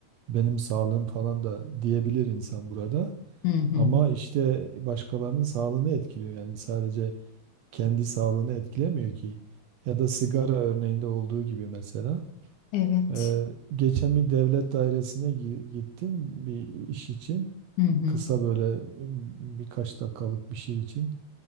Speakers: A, on the right; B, on the left.
A: benim sağlığım falan da diyebilir insan burada.
B: Hı hı.
A: Ama işte başkalarının sağlığını etkiliyor yani sadece kendi sağlığını etkilemiyor ki. Ya da sigara örneğinde olduğu gibi mesela.
B: Evet.
A: Ee, geçen bir devlet dairesine gi- gittim bir iş için.
B: Hı hı.
A: Kısa böyle m, birkaç dakikalık bir şey için.